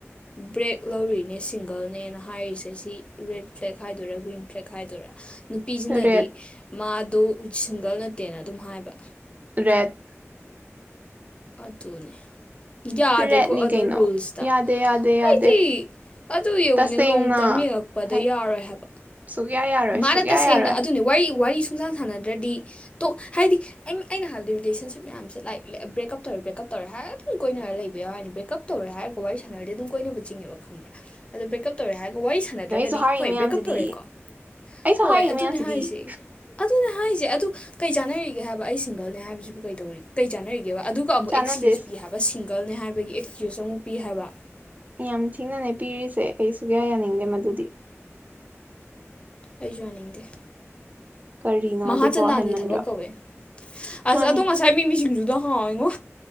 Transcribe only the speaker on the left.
ꯕ꯭ꯔꯦꯛ ꯂꯧꯔꯤꯅꯦ ꯁꯤꯡꯒꯜꯅꯦꯅ ꯍꯥꯏꯔꯤꯁꯦ ꯁꯤ ꯔꯦꯠ ꯐ꯭ꯂꯦꯛ ꯍꯥꯏꯗꯣꯏꯔꯥ ꯒ꯭ꯔꯤꯟ ꯐ꯭ꯂꯦꯛ ꯍꯥꯏꯗꯣꯏꯔꯥ ꯅꯨꯄꯤꯁꯤꯅꯗꯤ
ꯃꯥꯗꯣ ꯁꯤꯡꯒꯜ ꯅꯠꯇꯦꯅ ꯑꯗꯨꯝ ꯍꯥꯏꯕ
ꯑꯗꯨꯅꯦ ꯌꯥꯗꯦꯀꯣ
ꯑꯗꯣ
ꯔꯨꯜꯁꯇ
ꯑꯩꯗꯤ ꯑꯗꯨ ꯌꯦꯡꯉꯨꯅꯦ
ꯂꯣꯡ ꯇꯔꯝ ꯌꯦꯡꯉꯛꯄꯗ
ꯌꯥꯔꯣꯏ ꯍꯥꯏꯕ
ꯃꯥꯅ
ꯇꯁꯦꯡꯅ
ꯑꯗꯨꯅꯦ ꯋꯥꯔꯤ ꯋꯥꯔꯤ ꯁꯨꯡꯁꯥꯟ ꯁꯥꯟꯅꯗ꯭ꯔꯗꯤ ꯇꯣꯛ ꯍꯥꯏꯗꯤ ꯑ ꯑꯩꯅ ꯍꯥꯏꯥꯟꯕꯗꯤ ꯔꯤꯂꯦꯁꯟꯁꯤꯞ ꯃꯌꯥꯝꯁꯦ ꯂꯥꯏꯛ ꯕ꯭ꯔꯦꯛꯀꯞ ꯞ ꯇꯧꯔꯦ ꯕꯦꯀꯞ ꯇꯧꯔꯦꯔ ꯑꯗꯨꯝ ꯀꯣꯏꯅꯔ ꯂꯩꯕ ꯌꯥꯎꯏꯅꯤ ꯕ꯭ꯔꯦꯛꯀꯞ ꯇꯧꯔꯦꯔꯒ ꯋꯥꯔꯤꯥꯟꯅꯔꯗꯤ ꯑꯗꯨ ꯀꯣꯏꯅꯅꯕ ꯆꯤꯡꯉꯕ ꯈꯪꯕ꯭ꯔꯦ ꯑꯗꯣ ꯕ꯭ꯔꯦꯛꯀꯞ ꯇꯧꯔꯦ ꯍꯥꯏꯔꯒ ꯋꯥꯔꯤ ꯁꯥꯟꯅꯗ꯭ꯔꯒꯗꯤ
ꯍꯣꯏ
ꯕ꯭ꯔꯦꯛꯀꯞ ꯇꯧꯔꯦꯀꯣ
ꯍꯣꯏ
ꯑꯗꯨꯅꯦ ꯍꯥꯏꯁ ꯑꯗꯨꯅꯦ ꯍꯥꯏꯁꯦ ꯑꯗꯨ ꯀꯩ ꯆꯥꯅꯔꯤꯒꯦ ꯍꯥꯏꯕ ꯑꯩ ꯁꯤꯡꯒꯜꯅꯦ ꯍꯥꯏꯕꯁꯤꯕꯨ ꯀꯩꯗꯧꯔꯤ ꯀꯩ ꯆꯥꯟꯅꯔꯤꯒꯦꯕ ꯑꯗꯨꯒ ꯑꯃꯨꯛ
ꯑꯦꯛꯁꯀ꯭ꯌꯨꯁ ꯄꯤ ꯍꯥꯏꯕ ꯁꯤꯡ ꯒꯔꯜꯅꯦ ꯍꯥꯏꯕꯒꯤ ꯑꯦꯛꯁꯀ꯭ꯌꯨꯁ ꯑꯃꯨꯛ ꯄꯤ ꯍꯥꯏꯕ
ꯑꯩꯁꯨ ꯋꯥꯅꯤꯡꯗꯦ
ꯃꯍꯥ
ꯆꯅꯥꯟꯒꯤ
ꯊꯕꯛ ꯀꯧꯋꯦ ꯑꯁ
ꯑꯗꯣ ꯉꯁꯥꯏ ꯃꯤꯃꯤꯁꯤꯡꯖꯗꯣ ꯍ ꯏꯉ